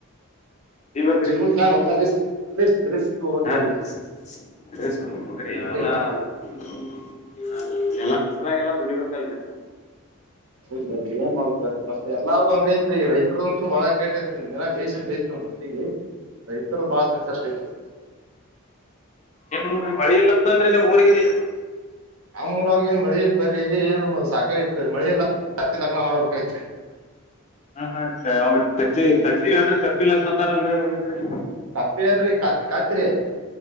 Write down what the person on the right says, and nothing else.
ಜೀವನ್ದಾಗ ಹೊಸ ರಿಸ್ಕ್ ರಿಸ್ಕ್ ರಿಸ್ಕ್ ತಗೋಬೇಕ್
ಬರ್ರಿ
ಇಲ್ಲಾಂದ್ರ
ಏನು ಆಗಲ್ರಿ.
ಹ ಏನ್ ಮಾಡುದ ಮತ್ತೆ ಎಲ್ಲಾರ್ದು ಹಂಗೈತ್ರಿ ರೈತ ದಂತೂ ಬಾಳ ಕೇತಾಾರೆ ನಿಮ್ ಬೇಸ ಬೇಸ ಒ ಬಸ್ತ್ತಿಗೆ ರೈತರು ಬಾಳ ಸಂಕಷ್ಟ ರೈತ್ರಿ
ಅವರು ಮಳೆ ಇಲ್ಲರಿ ಬ್ರೀ ಏನು ಸಾಕೈತ್ ಬರಿ ಮಳಿ ಹತ್ತಿ ಲಗ್ನ ಮಾಡ್ಬೇಕೈತ್ರಿ
ಕಪ್ಪಿ ಏನ್ರಿ ಕಾತ್ ಕಾತ್ರಿ